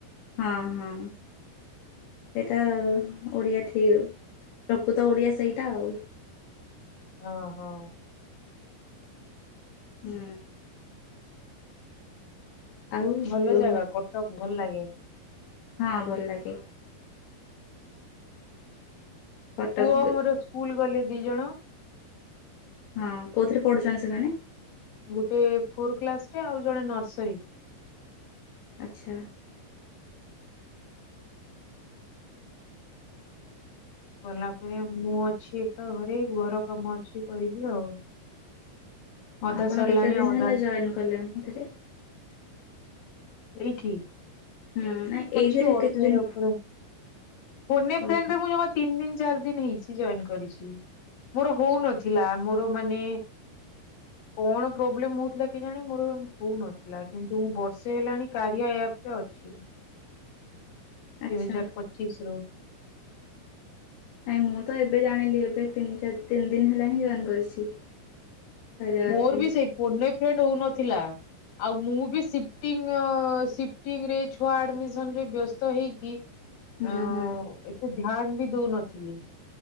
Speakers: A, on the left (about 75°); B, on the left (about 55°).
A: ହଁ ହଁ। ସେଇଟା ଓଡ଼ିଆ ଠିକ୍ ପ୍ରକୃତ ଓଡ଼ିଆ ସେଇଟା ଆଉ।
B: ହଁ ହଁ।
A: ହୁ। ଆଉ
B: ଭଲ
A: ଉ,
B: ଜାଗା କଟକ ଭଲ ଲାଗେ।
A: ହଁ ଭଲ ଲାଗେ। କଟକ
B: ପୁଅ ମୋର ସ୍କୁଲ ଗଲେ ଦି ଜଣ।
A: ହଁ କୋଉଥିରେ ପଢୁଛନ୍ତି ସେମାନେ?
B: ଗୋଟେ ଫୋର କ୍ଲାସ ରେ ଆଉ ଜଣେ ନର୍ସରୀ।
A: ଆଛା।
B: ଗଲା ପରେ ମୁଁ ଅଛି ତ ଘରେ, ଘର କାମ ଅଛି କରିବି ଆଉ।
A: ହଁ,
B: ଅଧା
A: ଆପଣ
B: ସରିଲାଣି
A: କେତେ ଦିନି
B: ଆଉ ଅଧା
A: ହେଲା
B: ଅଛି
A: ଜଏନ୍ କଲେଣି ଏଥିରେ?
B: ଏଇଠି,
A: ହୁଁ ନାଇଁ ଏଇଥିରେ
B: ଅଛି ବର୍ଷେ
A: କେତେ ଦିନ
B: ଉପରେ। ଫୋନ ଏ ଫ୍ରେଣ୍ଡରେ
A: ଓହୋ।
B: ମୁଁ ଜମା ତିନି ଦିନି, ଚାରି ଦିନି, ହେଇଚି ଜଏନ କରିଚି। ମୋର ହଉନଥିଲା, ମୋର ମାନେ
A: <inaudible>
B: କଣ ପ୍ରୋବ୍ଲେମ୍ ହଉଥିଲା କେଜାଣି ମୋର ହଉନଥିଲା, କିନ୍ତୁ ମୁଁ ବର୍ଷେ ହେଲାଣି କାରିଆ ଆପ୍ ରେ ଅଛି।
A: ଆଚ୍ଛା
B: ଦୁଇ ହଜାର ପଚିଶି ରୁ।
A: ନାଇଁ ମୁଁ ତ ଏବେ ଜାଣିଲି, ଏବେ ତିନି ଚାରି ତିନି ଦିନ ହେଲା ହିଁ ଜଏନ୍ କରିଛି। କାରିଆ
B: ମୋର
A: ଆପରେ
B: ବି ସେଇ, ଫୋନ୍ ଏ ଫ୍ରେଣ୍ଡ ହଉନଥିଲା। ଆଉ ମୁଁ ବି ସିଟିଂ, ସିଟିଙ୍ଗରେ ଛୁଆ ଆଡମିସନ୍ ରେ ବ୍ୟସ୍ତ ହେଇକି
A: ହୁଁ
B: ଓ,
A: ହୁଁ
B: ଏତେ ଧ୍ୟାନ ବି ଦଉନଥିଲି।